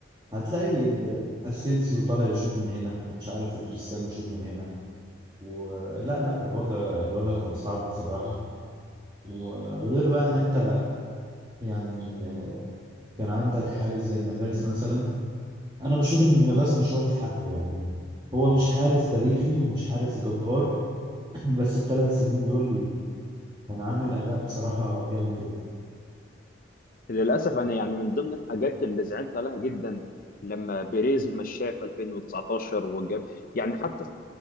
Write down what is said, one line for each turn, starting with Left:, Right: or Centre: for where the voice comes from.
Right: هتلاقي اسينسيو طالع يشوط من هنا ومش عارف وكريستيانو يشوط من هنا ولا لا لا، الوضع الوضع كان صعب بصراحة وغير بقى ان انت يعني آه، كان عندك حارس زي نافاس مثلا انا بشوف ان نافاس مش واخد حقه يعني هو مش حارس تاريخي ومش حارس جبار <clears throat> بس الثلاث سنين دول كان عامل أداء بصراحة جامد جدا
Left: للاسف انا يعني من ضمن الحاجات اللي زعلت عليها جدا لما بيريز مشاه في 2019 وجاب يعني حتى